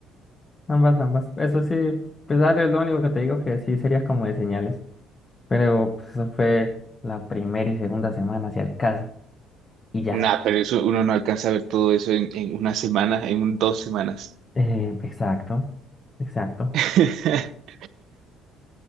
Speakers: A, on the left; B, on the right.
A: Ambas, ambas. Eso sí, pues dale, es lo único que te digo que sí serías como de señales. Pero pues, eso fue la primera y segunda semana, hacia el caso. Y ya.
B: Nah, pero eso uno no alcanza a ver todo eso en, en una semana, en un- dos semanas.
A: Eh, exacto, exacto.
B: <laughs>